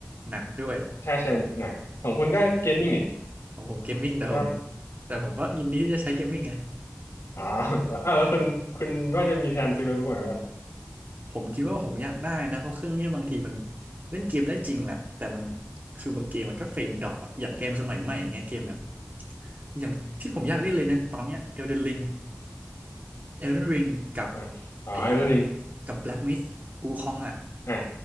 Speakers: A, on the right (about 35°); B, on the left (about 80°).
A: หนักด้วย
B: ใช่ใช่หนักของคุณก็เกมมิ่งนี่
A: ของผมเกมมิ่งแต่ผม
B: ใช่ป
A: แต่ผมก็ยินดีที่จะใช้เกมมิ่งไง
B: หมอ๋อแล้วอ่าแล้วคุณคุณว่าจะมีแผนซื้อโน้ตบุ๊กใหม่ไหมล่ะ
A: <laughs> ผมคิดว่าผมอยากได้นะเพราะเครื่องเนี้ยบางทีมันเล่นเกมได้จริงแหละแต่มันคือบางเกมมันก็เฟรมดรอปอะอย่างเกมสมัยใหม่อย่างเงี้ยเกมแบบอย่างที่ผมอยากเล่นเลยนะตอนเนี้ย Elden Ring Elden Ring กับ
B: อ่าอ๋อไอ้เรื่อง
A: ไอ้กับ Black Myth วูคองอะ
B: อ่า